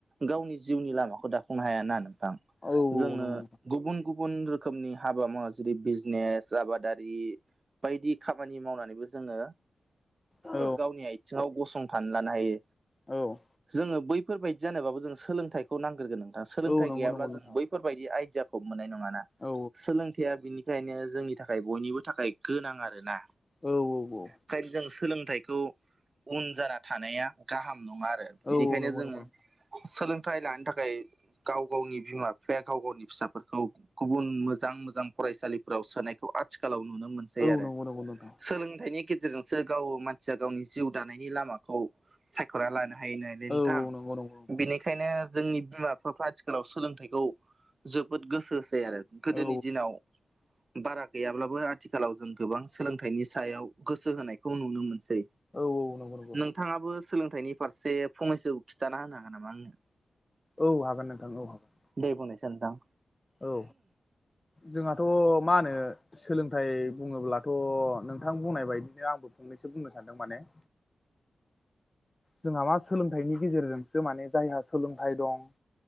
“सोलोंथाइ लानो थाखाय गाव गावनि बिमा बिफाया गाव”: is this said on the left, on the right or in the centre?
Right